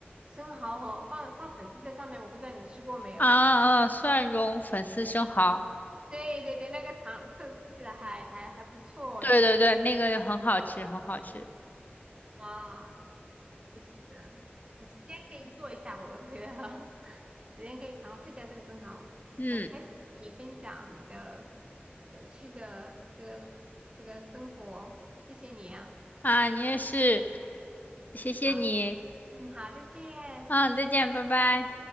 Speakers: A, on the right; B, on the left.
A: 生蚝和放放粉丝在上面，我不知道你吃过没有？
B: 啊啊，蒜蓉粉丝生蚝，
A: 对对对，那个尝吃吃起来还还还不错
B: 对对对，那个很好吃，很好吃。
A: 啊，就是有时间可以做一下，我觉得。首先可以尝试一下这个生蚝，
B: 嗯
A: 很开心你分享你的有趣的这个这个生活，谢谢你啊。
B: 啊，你也是，谢谢你。
A: 好，嗯，好，再见。
B: 嗯，再见，拜拜。